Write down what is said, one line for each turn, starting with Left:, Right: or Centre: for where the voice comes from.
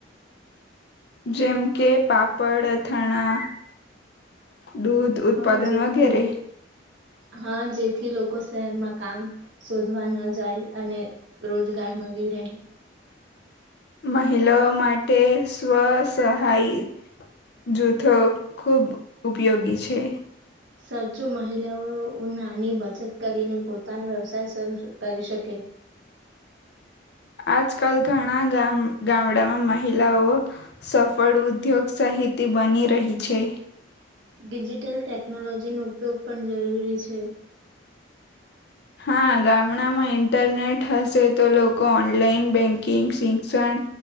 Left: જેમ કે પાપડ અથણા. દૂધ ઉત્પાદન
Right: હા જેથી
Left: વગેરે.
Right: હા જેથી લોકો શહેરમાં કામ શોધવા ન જાય અને રોજગાર મળી રહે.
Left: મહિલાઓ માટે સ્વસહાય જૂથો ખૂબ ઉપયોગી છે.
Right: સાચુ મહિલાઓ નાની બચત કરીને પોતાનો વ્યવસાય શરૂ કરી શકે.
Left: આજકાલ ઘણા ગામડામાં મહિલાઓ, સફળ ઉદ્યોગ સાહિતી બની રહી છે.
Right: ડિજિટલ ટેકનોલોજી નો ઉપયોગ પણ જરૂરી છે.
Left: હા ગામડામાં ઇન્ટરનેટ હશે તો લોકો ઓનલાઈન બેંકિંગ શિક્ષણ